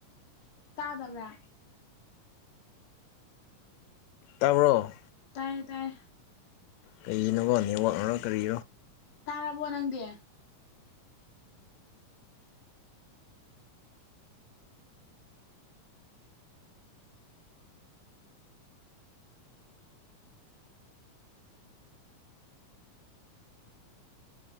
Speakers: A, on the left (about 65°); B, on the left (about 85°).
A: ꯇꯥꯗꯕ꯭ꯔꯥ
B: ꯇꯥꯕ꯭ꯔꯣ
A: ꯇꯥꯏꯌꯦ ꯇꯥꯏꯌꯦ
B: ꯀꯩꯒꯤꯅꯣꯕ ꯅꯦꯋꯥꯛꯅꯔꯣ ꯀꯔꯤꯔꯣ
A: ꯇꯥꯔꯕꯣ ꯅꯪꯗꯤ